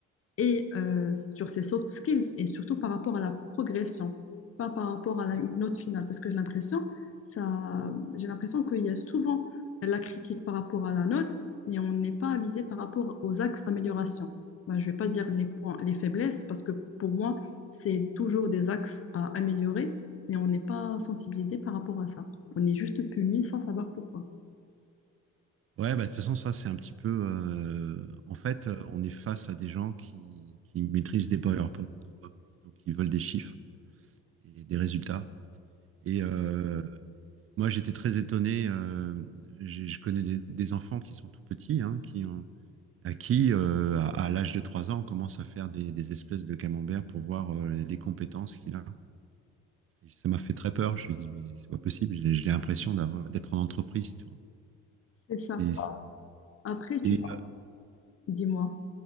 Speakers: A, on the left; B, on the right.
A: et euh, sur ses soft skills et surtout par rapport à la progression, pas par rapport à la, une note finale, parce que j'ai l'impression, ça, j'ai l'impression qu'il y a souvent la critique par rapport à la note, mais on n'est pas avisé par rapport aux axes d'amélioration. Ben, je ne vais pas dire les points, les faiblesses, parce que pour moi, c'est toujours des axes à améliorer, mais on n'est pas sensibilisé par rapport à ça. On est juste puni sans savoir pourquoi.
B: Ouais, bah, de toute façon, ça, c'est un petit peu. euh, en fait, euh, on est face à des gens qui, qui maîtrisent des PowerPoint, donc ils veulent des chiffres et des résultats. Et euh, moi, j'étais très étonné. euh, j'ai- je connais des, des enfants qui sont tout petits, hein, qui ont, à qui, euh, à, à l'âge de 3 ans, on commence à faire des, des espèces de camembert pour voir euh, les compétences qu'il a. Ça m'a fait très peur. Je me suis dit, mais c'est pas possible. J'ai j'ai l'impression d'avoir- d'être en entreprise. Tu vois.
A: C'est ça.
B: C'est- c'est-
A: Après, tu
B: et euh,
A: dis-moi.